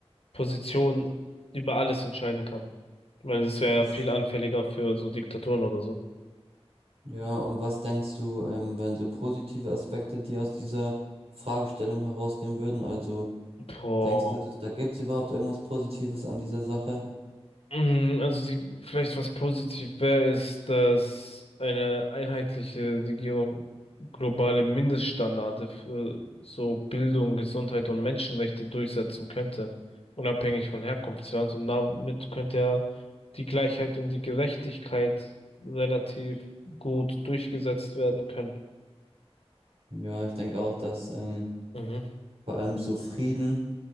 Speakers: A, on the left; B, on the right.
A: Position über alles entscheiden kann. Weil es wäre
B: Was,
A: ja viel anfälliger für so Diktaturen oder so.
B: ja, und was denkst du, ähm, wären so positive Aspekte, die aus dieser Fragestellung herausgehen würden? Also,
A: Boah.
B: denkst du, da gibt's überhaupt irgendwas Positives an dieser Sache?
A: Mm, Also die, vielleicht was positiv wäre, ist, dass eine einheitliche Regierung globale Mindeststandards für so Bildung, Gesundheit und Menschenrechte durchsetzen könnte, unabhängig von Herkunftsland. Und damit könnte ja die Gleichheit und die Gerechtigkeit relativ gut durchgesetzt werden können.
B: Ja, ich denke auch, dass ähm,
A: Mhm.
B: vor allem so Frieden